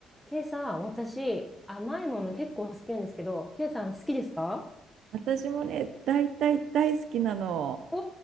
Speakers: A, in the centre; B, on the right (about 75°).
A: ケイさん、私、甘いもの結構好きなんですけど、ケイさん好きですか
B: 私もね、大体大好きなの。
A: お